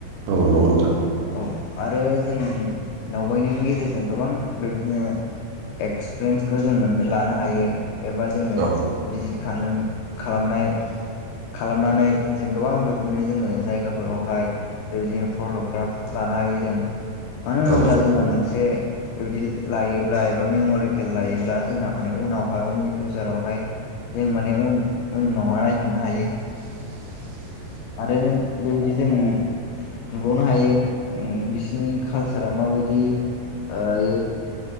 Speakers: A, on the right; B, on the left.
A: औ नंगौ नोथां।
B: औ आरो जों दावबायनायनि गेजेरजों गोबां बेदिनो एक्सपिरियेन्सखौ जों मोननो लानो हायो। एबा जोङो
A: औ
B: बिजित खालाम खालामनाय खालामनानै जों गोबां बिदिनो जोङो जायगाफोरावहाय बेबायदिनो फट'ग्राफ लानो हायो जों। मानो होनोब्ला
A: औ
B: जोंना मोनसे बेबायदि लायोब्ला एबा मेमरिकेल लायोब्ला जोंना माने उनावहाय उननि फिउसारावहाय जों माने उन उनावहाय नायफिननो हायो। आरो बेबायदि जों सोंबावनो हायो ओ बिसनि कालसारा माबायदि ओ